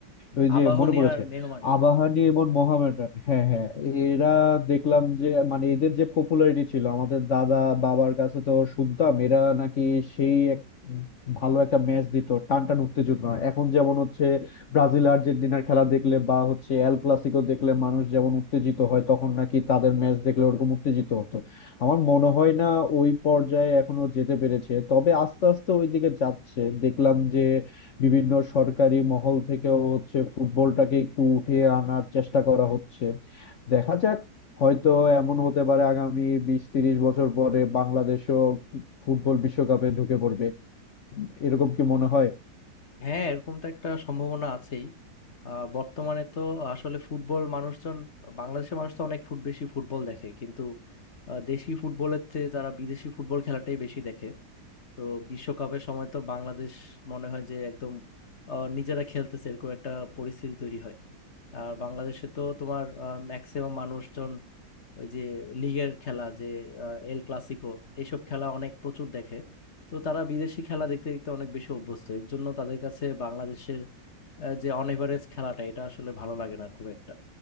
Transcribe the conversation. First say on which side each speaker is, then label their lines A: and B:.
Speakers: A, on the left; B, on the left.
A: ওই যে
B: আবাহনী
A: মনে পড়েছে
B: আর মোহামেডান
A: আবাহনী এবং মোহামেডান হ্যাঁ হ্যাঁ এরা দেখলাম যে মানে এদের যে পপুলারিটি ছিল আমাদের দাদা বাবার কাছে তো শুনতাম এরা নাকি সেই এক ভালো একটা ম্যাচ দিত টানটান উত্তেজনা এখন যেমন হচ্ছে ব্রাজিল আর্জেন্টিনার খেলা দেখলে বা হচ্ছে এল ক্লাসিকো দেখলে মানুষ যেমন উত্তেজিত হয় তখন নাকি তাদের ম্যাচ দেখলে ওরকম উত্তেজিত হতো আমার মনে হয় না ওই পর্যায়ে এখনো যেতে পেরেছে তবে আস্তে আস্তে ওই দিকে যাচ্ছে দেখলাম যে বিভিন্ন সরকারি মহল থেকেও হচ্ছে ফুটবলটাকে একটু উঠিয়ে আনার চেষ্টা করা হচ্ছে দেখা যাক হয়তো এমন হতে পারে আগামী বিশ তিরিশ বছর পরে বাংলাদেশও ফুটবল বিশ্বকাপে ঢুকে পড়বে এরকম কি মনে হয়
B: হ্যাঁ এরকম তো একটা সম্ভাবনা আছেই আহ, বর্তমানে তো আসলে ফুটবল মানুষজন বাংলাদেশের মানুষ তো অনেক ফুট বেশি ফুটবল দেখে কিন্তু আহ, দেশি ফুটবলের চেয়ে তারা বিদেশি ফুটবল খেলাটাই বেশি দেখে তো বিশ্বকাপের সময় তো বাংলাদেশ মনে হয় যে একদম আহ, নিজেরা খেলতেছে এরকম একটা পরিস্থিতি তৈরি হয় আর বাংলাদেশে তো তোমার ম্যাক্সিমাম মানুষজন ওই যে লিগের খেলা যে আহ, এল ক্লাসিকো এইসব খেলা অনেক প্রচুর দেখে তো তারা বিদেশি খেলা দেখতে দেখতে অনেক বেশি অভ্যস্ত এর জন্য তাদের কাছে বাংলাদেশের আহ, যে অন এভারেজ খেলাটা এটা আসলে ভালো লাগে না খুব একটা